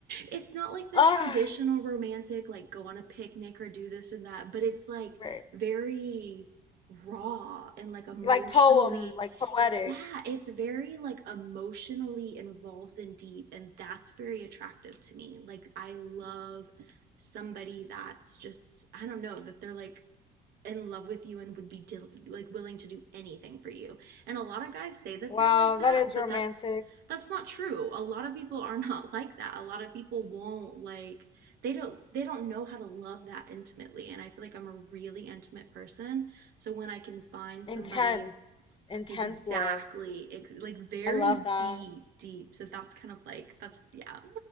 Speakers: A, on the right; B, on the left.
A: it's not like the
B: Ah,
A: traditional romantic, like go on a picnic or do this and that, but it's like
B: right.
A: very raw and like emotionally,
B: Like poem, like poetic.
A: yeah, it's very like emotionally involved and deep, and that's very attractive to me. Like, I love somebody that's just, I don't know, that they're like in love with you and would be dil like willing to do anything for you. And a lot of guys say that
B: Wow,
A: they're like that,
B: that is
A: but
B: romantic.
A: that's that's not true. A lot of people are <laughs> not like that. A lot of people won't like they don't they don't know how to love that intimately. And I feel like I'm a really intimate person. So when I can find
B: Intense,
A: somebody
B: intense
A: exactly
B: love.
A: ex- like very
B: I love that.
A: deep deep. So that's kind of like that's yeah.